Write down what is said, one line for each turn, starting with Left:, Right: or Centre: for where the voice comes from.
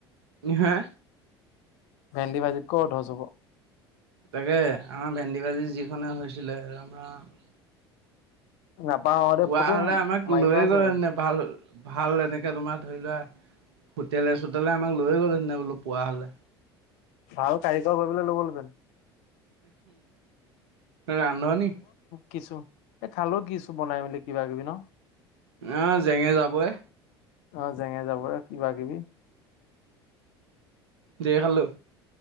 Right: হে
Left: ভেন্দি ভাজিত ক' অধছ হব।
Right: তাকে আমাৰ ভেন্দী ভাজি যিখনে হৈছিলে ৰাম ৰাম!
Left: নাপাহৰোতে
Right: পুৱা
Left: ফটো
Right: হলে আমাক
Left: মাৰি
Right: লৈয়ে
Left: থোৱা আছে
Right: গ'লে
Left: হপাই।
Right: এনে ভাল ভাল এনেকে তোমাৰ ধৰি লোৱা তেলে চোতেলে আমাক লৈ গ'ল সেদিনা বোলো পোৱা হ'লে।
Left: ভাল কাৰিকৰ কৰিবলে লৈ গ'লহেতেন।
Right: ৰান্ধনি।
Left: কিছো এই খালো কিছো বনাই মেলি কিবা কিবি ন।
Right: আহ জেঙে যাবই।
Left: অ জেঙে যাবৰে কিবা কিবি।
Right: ঢেৰ খালো,